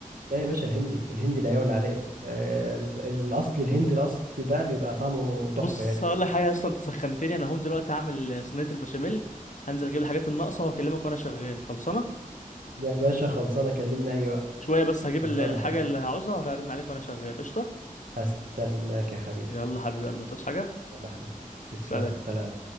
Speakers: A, on the right (about 80°); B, on the left (about 60°).
A: ده يا باشا الهندي الهندي لا يعلى عليه آه، ال- الأصلي الهندي الأصلي ده بيبقى طعمه تحفة
B: بص
A: يعني
B: هقول لك حاجه يا اسطى انت سخنتني انا هم دلوقتي هعمل صينيه البشاميل هنزل اجيب الحاجات الناقصه وهكلمك وانا شغال خلصانه
A: يا باشا خلصانة كلمني أي وقت
B: شويه بس هجيب
A: خلصانة
B: ال- الحاجه
A: يا حبيبي
B: اللي هعوزها وهرن عليك وانا شغال قشطه
A: هستناك يا حبيبي
B: يلا حبيب قلبي هتعوز حاجه
A: يلا يا حبيبي تسلم
B: سلام
A: سلام